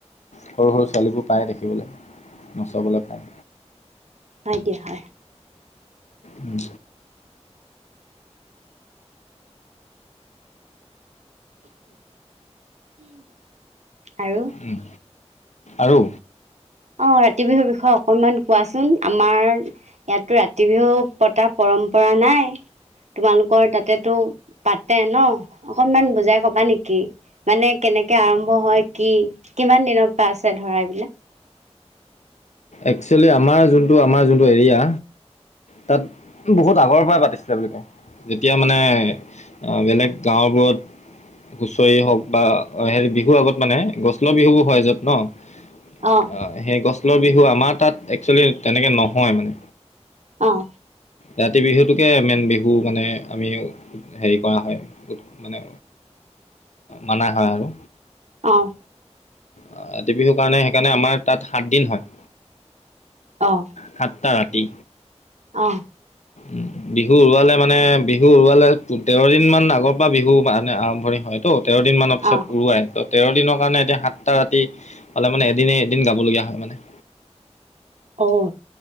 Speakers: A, on the left; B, on the right.
A: সৰু সৰু ছোৱালীবোৰ পায় দেখিবলৈ। নচবলৈ পায়।
B: হয় দিয়া হয়।
A: উম।
B: আৰু?
A: উম। আৰু।
B: অহ, ৰাতি বিহুৰ বিষয়ে অকণমান কোৱাচোন আমাৰ ইয়াতো ৰাতি বিহু পতা পৰম্পৰা নাই। তোমালোকৰ তাতেতো পাতে ন' অকনমান বুজাই কবা নেকি? মানে কেনেকে আৰম্ভ হয় কি, কিমান দিনৰ পৰা আছে ধৰা এইবিলাক?
A: একচুৱেলি আমাৰ যোনটো, আমাৰ যোনটো এৰিয়া। তাত বহুত আগৰ পৰাই পাতিছিলে বুলি কয়। যেতিয়া মানে বেলেগ গাঁওবোৰত হুচৰি হওঁক বা হেৰি বিহু আগত মানে গছ <unintelligible> বিহুয়ো হয় য'ত ন'।
B: অঁ
A: অ সেই গছল বিহু আমাৰ তাত একচুৱেলি তেনেকে নহয় মানে।
B: অহ।
A: ৰাতি বিহুটোকে মেইন বিহু মানে আমি হেৰি কৰা হয় বহুত মানে, মানা হয় আৰু।
B: অহ।
A: ৰাতি বিহুৰ কাৰণে সেইকাৰণে আমাৰ তাত সাত দিন হয়।
B: অহ।
A: সাতটা ৰাতি।
B: অহ।
A: উম। বিহু উৰুৱালে মানে, বিহু উৰুৱালে তেৰদিন মান আগৰ পৰা বিহুা মানে আৰম্ভণি হয়। ত' তেৰ দিনমানৰ পিছত
B: অঁ অঁ
A: উৰুৱাই, ত' তেৰদিনৰ কাৰণে এতিয়া সাত সাতটা ৰাতি পালে মানে, এদিন-এদিন গাবলগীয়া হয় মানে।
B: অহ।